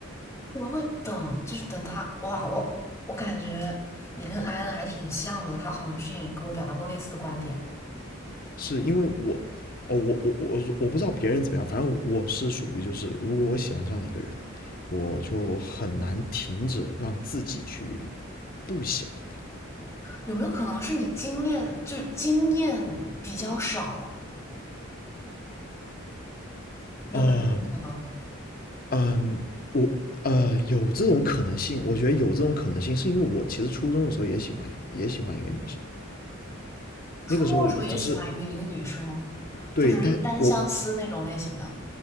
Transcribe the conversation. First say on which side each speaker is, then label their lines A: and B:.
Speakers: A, on the left; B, on the left.
A: 我会等，就是等他。哇，我我感觉你跟艾恩还挺像的，他好像之前也跟我表达过类似的观点。
B: 是因为我，哦，我我我我不知道别人怎么样，反正我是属于就是，如果我喜欢上一个人，我就很难停止让自己去不喜欢他，
A: 有没有可能是你经验就是经验比较少？有没有这种可能？
B: 嗯嗯，我呃有这种可能性，我觉得有这种可能性，是因为我其实初中的时候也喜欢也喜欢一个女生，那个时候只是
A: 初中的时候也喜欢一个一个女生，
B: 对，
A: 就只是单相思那种类型的。
B: 但我